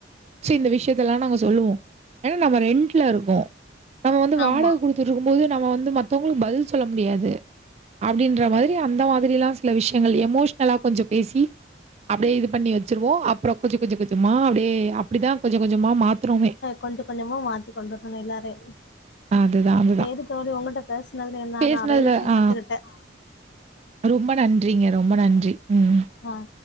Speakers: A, on the right (about 35°); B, on the left (about 65°).
A: சி இந்த விஷயத்த எல்லாம் நாங்க சொல்லுவோம் ஏன்னா நம்ம ரெண்டுல இருக்கோம் நம்ம வந்து வாடகை
B: ஆமா
A: குடுத்து திருக்கும் போது நம்ம வந்து மற்றவங்களுக்கு பதில் சொல்ல முடியாது அப்டின்ற மாதிரி அந்த மாதிரிலாம் சில விஷயங்கள் எமோஷனலா கொஞ்சம் பேசி அப்டியே இது பண்ணி வச்சிருவோம் அப்புறம் கொஞ்சி கொஞ்சி கொஞ்சமா அப்டியே அப்டிதான் கொஞ்சம் கொஞ்சமாக மாத்துனோமே
B: கொஞ்சம் கொஞ்சமா மாத்தி கொண்டரணும் எல்லாரே
A: அதுதான் அதுதான்.
B: செரி தோழி உங்ககிட்ட பேசுனதுல நா
A: பேசினதுல
B: நறைய விஷயம்
A: ஆ
B: கத்துக்கிட்டேன்
A: ரொம்ப நன்றிங்க ரொம்ப நன்றி ஹம்
B: ஆஹ